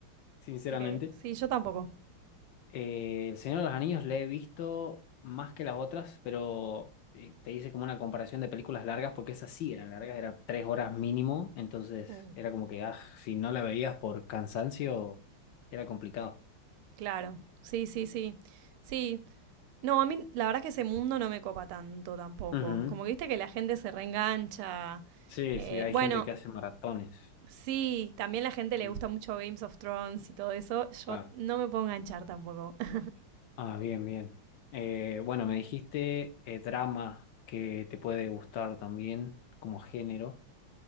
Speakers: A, on the left; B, on the right.
A: sinceramente.
B: Ok, sí, yo tampoco.
A: Eh, El Señor de los Anillos le he visto más que las otras, pero eh, te hice como una comparación de películas largas, porque esas sí eran largas, eran tres horas mínimo, entonces
B: Mm,
A: era como que, ah, si no la veías por cansancio, era complicado.
B: claro, sí, sí, sí. Sí, No, a mí la verdad es que ese mundo no me copa tanto tampoco.
A: Ujú.
B: Como que viste que la gente se reengancha.
A: Sí,
B: Eh,
A: sí, hay
B: bueno,
A: gente que hace maratones.
B: sí, también la gente le
A: Mm,
B: gusta mucho Games of Thrones y todo eso. Yo
A: Claro.
B: no me puedo enganchar tampoco. <laughs>
A: Ah, bien, bien. Eh, bueno, me dijiste eh, drama que te puede gustar también como género.